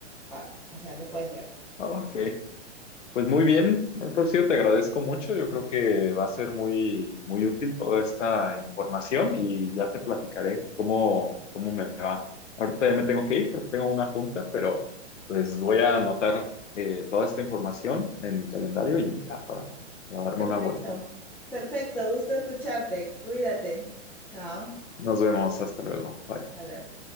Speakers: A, in the centre; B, on the left (about 80°).
A: Park. O sea, lo puedes ver.
B: Ok. Pues muy bien, Rocío, te agradezco mucho. Yo creo que va a ser muy, muy útil toda esta información y ya te platicaré cómo, cómo me va. Ahorita ya me tengo que ir porque tengo una junta, pero pues voy a anotar eh, toda esta información en mi calendario y ya para, para darme
A: Perfecto.
B: una vuelta.
A: Perfecto, gusto escucharte. Cuídate. Chao.
B: Nos vemos, hasta luego. Bye.
A: Hasta luego.